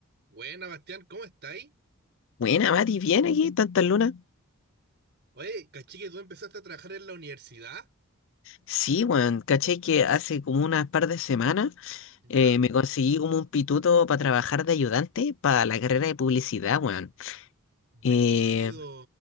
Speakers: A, on the right; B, on the left.
A: Buena, Bastián, ¿cómo estáis?
B: Buena, Mati, ¿bien aquí? ¿Tantas lunas?
A: Oye, caché que tú empezaste a trabajar en la universidad,
B: Sí, weón, caché que hace como unas par de semanas
A: ¿ya?
B: eh, me conseguí como un pituto para trabajar de ayudante para la carrera de publicidad, weón.
A: Brígido,
B: Eh,